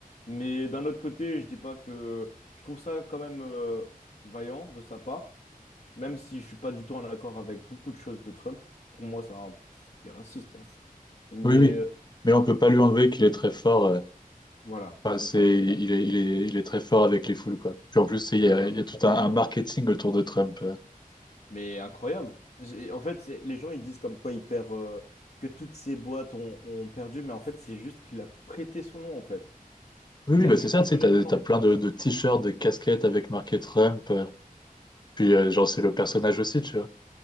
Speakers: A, on the left; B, on the left.
A: Mais d'un autre côté, je dis pas que... Je trouve ça quand même euh, vaillant de sa part, même si je suis pas du tout en accord avec beaucoup de choses de Trump. Pour moi, c'est un... Il est raciste, hein. Mais
B: Oui, oui.
A: euh,
B: Mais on peut pas lui enlever qu'il est très fort. euh,
A: voilà,
B: Enfin,
A: c'est
B: c'est,
A: ça.
B: il est, il est, il est très fort avec les foules, quoi. Puis en plus, c'est- il y
A: C'est
B: a,
A: ça.
B: il y a tout un, un marketing autour de Trump. euh.
A: Mais incroyable. J'ai- En fait, c'est- les gens ils disent comme quoi il perd euh, que toutes ces boîtes ont, ont perdu, mais en fait, c'est juste qu'il a prêté son nom en fait.
B: Oui,
A: Il
B: oui,
A: a
B: bah
A: juste
B: c'est ça, tu sais,
A: donné
B: t'as,
A: son nom.
B: t'as plein de, de t-shirts, de casquettes avec marqué Trump. euh. Puis, euh, genre, c'est le personnage aussi, tu vois.